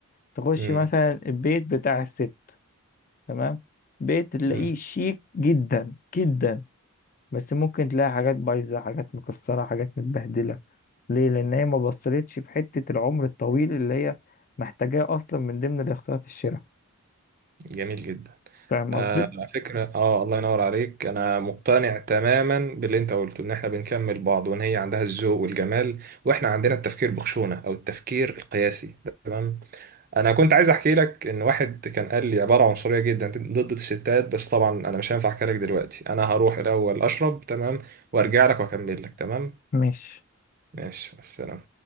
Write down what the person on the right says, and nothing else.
مم.
مم.
جميل جدا
آه
على فكرة آه الله ينور عليك أنا مقتنع تماما باللي أنت قلته إن إحنا بنكمل بعض وإن هي عندها الذوق والجمال وإحنا عندنا التفكير بخشونة أو التفكير القياسي تمام أنا كنت عايز أحكي لك إن واحد كان قال لي عبارة عنصرية جدا ضد الستات بس طبعا أنا مش هينفع أحكي لك دلوقتي أنا هروح الأول أشرب تمام وأرجع لك وأكمل لك تمام
ماشي السلام